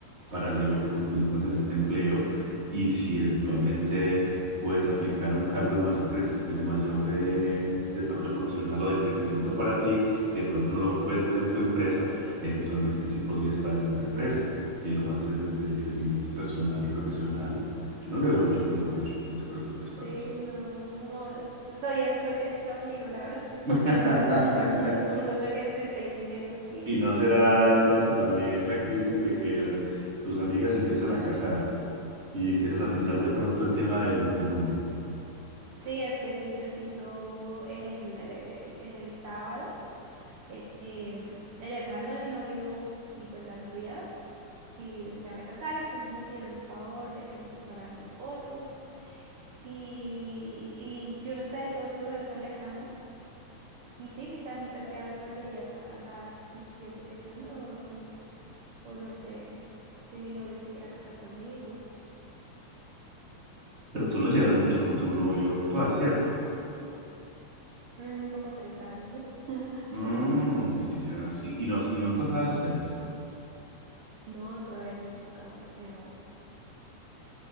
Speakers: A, on the right; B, on the right.
A: paralelo que continúas en este empleo y si eventualmente puedes aplicar un cargo de mayor, crec- de mayor eh, desarrollo profesional o de crecimiento
B: Ujú.
A: para ti, que de pronto no lo puedes ver en tu empresa, eventualmente sí podría estar en otra empresa y lo haces desde el crecimiento personal y profesional. Yo no le veo mucho problema a eso, no te preocupes tanto.
B: Sí, no, no, estoy, estoy he- hecha un lío, la verdad.
A: <laughs>
B: <laughs> Por Lo que te estoy diciendo, sí.
A: ¿Y no será de pronto también la crisis de que la- tus amigas se empiezan a casar y empiezas
B: Sí,
A: a pensar de pronto el tema del matrimonio?
B: sí, es que sí, preciso el, eh, el sábado. eh, em, el hermano de mi novio y pues la novia y se van a casar, entonces me pidieron un favor de que les tomara unas fotos y, y yo no sé, yo eso lo veo tan lejano y sí, mis amigas ya la mayoría están casadas y siento que yo no, o no sé si mi novio se quiera casar conmigo,
A: Pero tú no llevas mucho con tu novio actual, ¿cierto?
B: Mm, como tres años. <laughs>
A: Mm, sí llevas. Y, y no, y no han tocado esos
B: Sí.
A: temas.
B: No, todavía no hemos tocado esos temas.